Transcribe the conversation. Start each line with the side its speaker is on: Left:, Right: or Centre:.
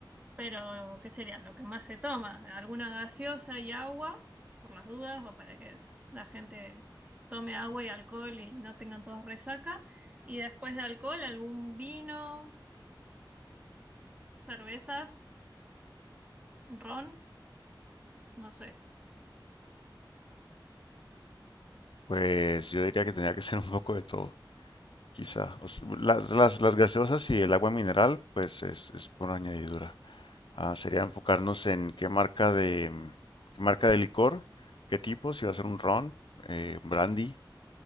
Right: pero ¿qué sería lo que más se toma? ¿Alguna gaseosa y agua, por las dudas, o para que la gente tome agua y alcohol y no tengan todos resaca? Y después de alcohol, algún vino, cervezas, ron, no sé.
Left: Pues yo diría que tendría que ser un poco de todo, quizá. O s- las, las, las gaseosas y el agua mineral, pues es, es por añadidura. Ah, sería enfocarnos en qué marca de, mm, qué marca de licor, qué tipo, si va a ser un ron, eh, un brandy.